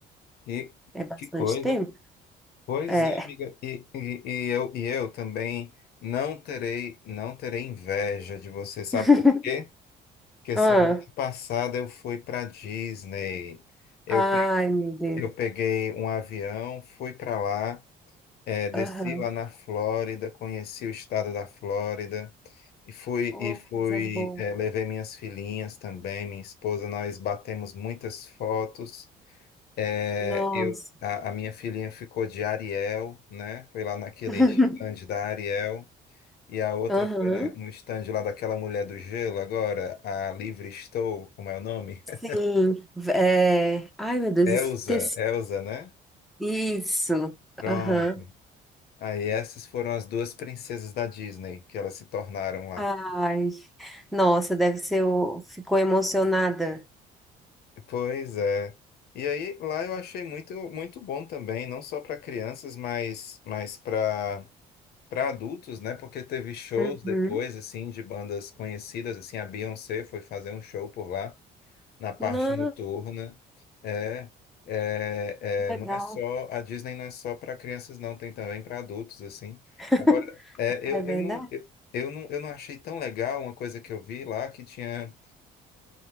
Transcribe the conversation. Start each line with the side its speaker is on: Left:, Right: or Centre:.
Left: que,
Centre: É bastante
Left: que coisa.
Centre: tempo?
Left: Pois
Centre: É.
Left: é, amiga, e, e, e eu, e eu também não terei, não terei inveja de você, sabe
Centre: <laughs>
Left: por quê? Porque semana
Centre: Ah.
Left: passada eu fui para Disney. Eu,
Centre: Ai,
Left: pe-
Centre: meu Deus.
Left: eu peguei um avião, fui para lá. É, desci
Centre: Aham.
Left: lá na Flórida, conheci o estado da Flórida e fui
Centre: Oh,
Left: e fui
Centre: coisa boa.
Left: é, levei minhas filhinhas também, minha esposa, nós batemos muitas fotos. É,
Centre: Nossa.
Left: eu a, a minha filhinha ficou de Ariel, né? Foi lá naquele
Centre: <laughs>
Left: stand da Ariel e a outra
Centre: Aham.
Left: foi na- no stand lá daquela mulher do gelo agora, a Livre Estou, como é o nome? <laughs>
Centre: Sim. É. Ai, meu Deus,
Left: Elsa,
Centre: esqueci.
Left: Elsa, né?
Centre: Isso.
Left: Pronto.
Centre: Aham.
Left: Aí essas foram as duas princesas da Disney que elas se tornaram lá.
Centre: Ai. Nossa, deve ser. o- Ficou emocionada.
Left: Pois é. E aí lá eu achei muito muito bom também, não só para crianças, mas mas para para adultos, né? Porque teve shows
Centre: Uhum.
Left: depois assim de bandas conhecidas, assim a Beyoncé foi fazer um show por lá na parte
Centre: Não,
Left: noturna. É, é,
Centre: legal.
Left: é, não é só a Disney não é só para crianças não, tem também para adultos assim.
Centre: <laughs>
Left: Agora, é,
Centre: É
Left: eu,
Centre: verdade?
Left: eu não eu, eu não eu não achei tão legal uma coisa que eu vi lá que tinha